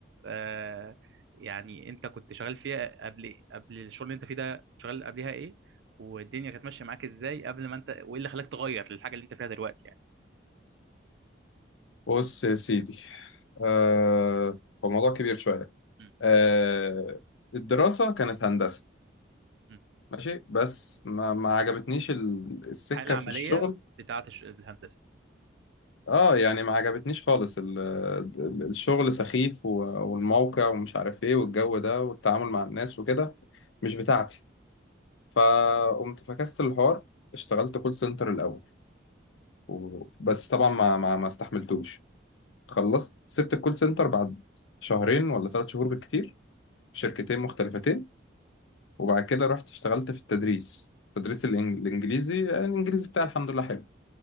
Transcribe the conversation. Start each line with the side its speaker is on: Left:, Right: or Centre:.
Right: آه، يعني أنت كنت شغال فيها قبل قبل الشغل اللي أنت فيه ده كنت شغال قبلها ايه والدنيا كانت ماشيه معاك ازاي قبل ما انت وايه اللي خلاك تغير للحاجه اللي انت فيها دلوقتي يعني
Left: بص يا سيدي آه هو الموضوع كبير شويه
Right: مم.
Left: آه الدراسه كانت هندسه
Right: مم.
Left: ماشي بس ما, ما عجبتنيش ال- السكة
Right: الحاله العمليه
Left: في الشغل
Right: بتاعه الش- الهندسه
Left: اه يعني ما عجبتنيش خالص ال- ال- الشغل سخيف و- والموقع ومش عارف ايه والجو ده والتعامل مع الناس وكده مش بتاعتي فقمت فكست الحوار اشتغلت كول سنتر الأول و- بس طبعا ما ما, ما استحملتوش خلصت سبت الكول سنتر بعد شهرين ولا ثلاث شهور بالكتير في شركتين مختلفتين وبعد كده رحت اشتغلت في التدريس تدريس الإنج- الإنجليزي الإنجليزي بتاعي الحمد لله حلو